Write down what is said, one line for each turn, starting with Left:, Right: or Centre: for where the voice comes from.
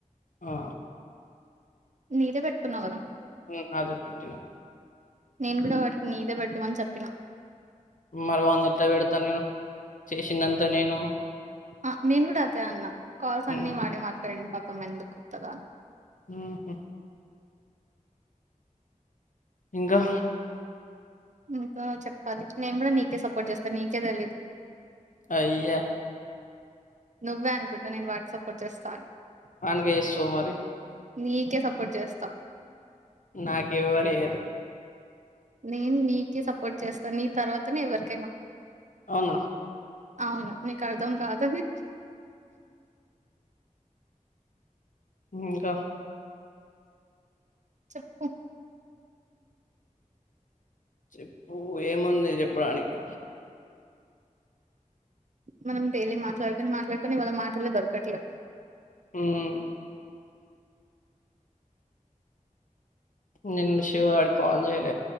Left: ఆ
Right: నీదే పెట్టుకున్నావు కదా
Left: మ్మ్ నాదే పెట్టినా
Right: నేను కూడా వాటికి నీదే పెటుమని చెప్పినా
Left: మరి వానది ఎట్లా పెడతాను నేను చేసిదంత నేను
Right: ఆ నేను కూడా అదే అన్న కాల్స్ అన్ని
Left: ఉమ్,
Right: వాడి మాట్లాడండి పాపమ్ ఎందుకు కుత్తదా
Left: ఊహుమ్మ్ ఇంకా
Right: ఇంకా చెప్పాలి నేను కూడా నీకే సపోర్ట్ చేస్తాను నీకే తెలియదు
Left: అయ్యా
Right: నువ్వే అనుకుంటూవు నేను వానకి సపోర్ట్ చేస్తా అని
Left: వానికే చేస్తావ్ మరి
Right: నీకే సపోర్ట్ చేస్తా
Left: నాకు ఎవ్వర్ చేయరు
Right: నేను నీకే సపోర్ట్ చేస్తాను నీ తర్వాతనే ఎవరికైనా
Left: అవునా
Right: అవును నీకు అర్ధం కాదని
Left: ఇంకా
Right: చెప్పు
Left: చెప్పు ఏముంది చెప్పడానికి
Right: మనం డైలీ మాట్లాడుకొని మాట్లాడుకొని ఇవాళ మాటల దొరకట్లే
Left: ఉమ్మ్ నేను శివగాడికి కాల్ చేయలే